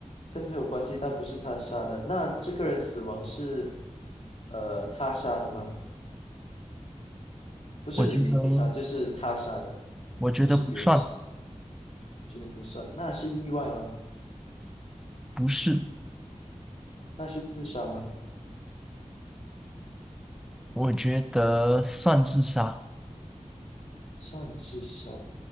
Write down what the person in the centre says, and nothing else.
我觉得，
我觉得不算，
不是，
我觉得算自杀。